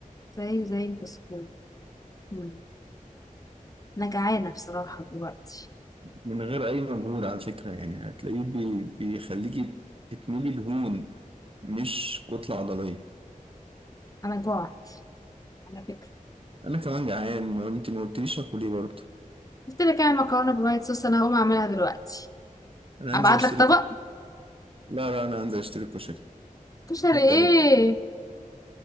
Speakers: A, on the left (about 25°); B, on the right (about 40°).
A: زي زي البسكوت مم. انا جعانه بصراحه دلوقتي
B: من غير أي مجهود على فكرة يعني هتلاقيه بي بيخليكي تتملي دهون مش كتلة عضلية
A: انا جوعت على فكره
B: أنا كمان جعان ما أنت ما قلتليش آكل إيه برضه
A: قلت لك اعمل مكرونه بالوايت صوص انا هقوم اعملها دلوقتي
B: أنا
A: ابعت
B: هنزل أشتري
A: لك طبق
B: كشري لا لا أنا هنزل أشتري كشري
A: كشري
B: أحط
A: ايه
B: عليه توم.